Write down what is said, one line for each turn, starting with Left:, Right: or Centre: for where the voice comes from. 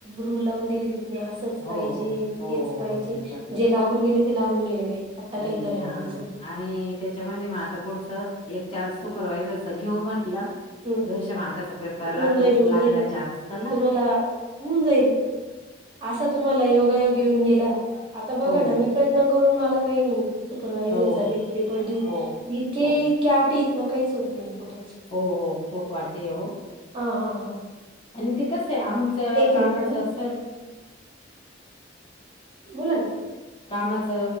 Right: रूल लावून दिलेले हे असंच
Left: हो
Right: पाहिजे आणि
Left: हो
Right: तेच पाहिजे.
Left: हो त्याचा
Right: जे लागून गेले ते लागून गेले बाई आत्ता काही
Left: गेले
Right: खरं
Left: हा
Right: नाही दिसत.
Left: आणि त्याच्यामध्ये म आता पुढचं एक चान्स सुपरवायजर च घेऊ म्हंटलं.
Right: हम्म
Left: दोनशे मार्काचा पेपर राहतो
Right: होऊन जाईल होऊन
Left: लागला
Right: जाईल
Left: चान्स तर लागेल.
Right: तुम्हाला होऊन जाईल असा तुम्हाला योगायोग येऊन गेला. आता बघा
Left: हो
Right: ना मी प्रयत्न करून मला काही नाही. सुपरवायझर
Left: हो
Right: चा बी पेपर देऊन
Left: हो
Right: इतके
Left: हो
Right: इतके अटी आहेत ना काहीच होत नाही कुठेच
Left: हो हो खूप आटी ये ओ
Right: हां हां हां
Left: आणि ते कसं ये आमचं कामाचं
Right: मिनिट हा
Left: सर ये.
Right: बोला ना
Left: कामाच